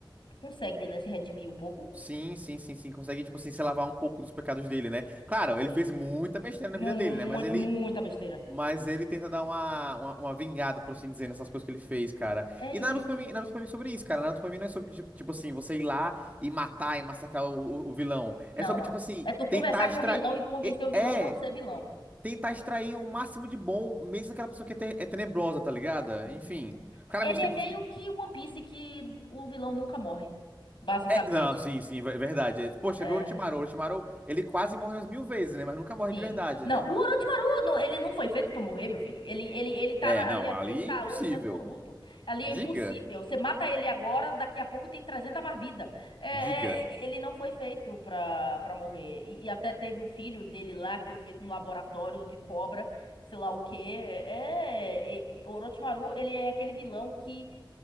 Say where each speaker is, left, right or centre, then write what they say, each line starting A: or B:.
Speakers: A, on the left; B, on the right.
A: consegue, né, se redimir um pouco.
B: Sim, sim, sim, sim. Consegue, tipo assim, se lavar um pouco dos pecados dele, né? Claro,
A: Consegue.
B: ele fez muita besteira
A: Muito,
B: na vida dele, né? Mas ele,
A: muita besteira.
B: mas ele tenta dar uma, uma, uma vingada, por assim dizer, nessas coisas que ele fez, cara.
A: É
B: E
A: isso.
B: Naruto pra mim, Naruto pra mim é sobre isso, cara. Naruto pra mim não é sobre, tipo tipo assim, você ir lá e matar e massacrar o, o o vilão. É
A: Não,
B: sobre, tipo assim,
A: é tu conversar
B: tentar extrair.
A: com o vilão e convencer
B: É,
A: o vilão a não
B: é,
A: ser vilão.
B: tentar extrair o máximo de bom, mesmo daquela pessoa que é, te- é tenebrosa, tá ligada?
A: Uhum.
B: Enfim, claramente
A: Ele é
B: tem
A: meio
B: pessoas que.
A: que One Piece que o vilão nunca morre, basicamente.
B: É, não, sim, sim, é verdade. É, Poxa,
A: É,
B: vê o Orochimaru. O Orochimaru, ele quase morre umas mil vezes, né? Mas nunca morre
A: enfim.
B: de verdade,
A: Não,
B: né?
A: o Orochimaru, não- ele não foi feito pra morrer, meu filho. Ele, ele, ele tá
B: É,
A: na-
B: não,
A: ele,
B: ali
A: ele tá
B: é impossível.
A: hoje até no Boruto. Ali
B: Diga,
A: é impossível. Você mata ele agora, daqui a pouco tem 300 mais vida. É,
B: diga.
A: é, ele não foi feito pra, pra morrer. E, e até teve o filho dele lá, que foi feito no laboratório de cobra, sei lá o quê. É, é, é, Orochimaru, ele é aquele vilão que